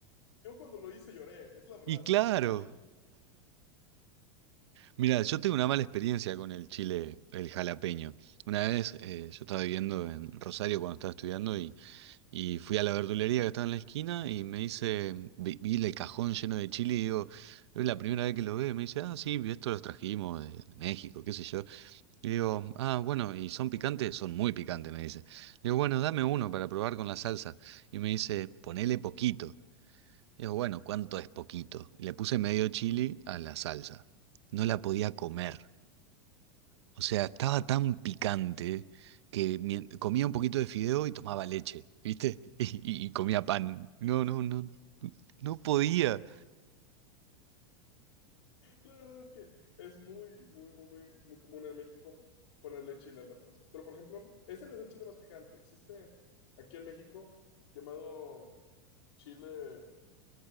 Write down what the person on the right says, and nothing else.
Y claro.
Mira, yo tengo una mala experiencia con el chile, el jalapeño. Una vez eh, yo estaba viviendo en Rosario cuando estaba estudiando Y fui a la verdulería que estaba en la esquina y me dice, vi, vi el cajón lleno de chile y digo, es la primera vez que lo ve. Me dice, ah, sí, esto los trajimos de de México, qué sé yo. Y digo, ah, bueno, ¿y son picantes? Son muy picantes, me dice. Le Digo, bueno, dame uno para probar con la salsa. Y me dice, ponele poquito. Y Digo, bueno, ¿cuánto es poquito? Y le puse medio chili a la salsa. No la podía comer. O sea, estaba tan picante que mi- comía un poquito de fideo y tomaba leche, ¿viste? <laughs> Y,
y comía pan. No, no, no, no podía.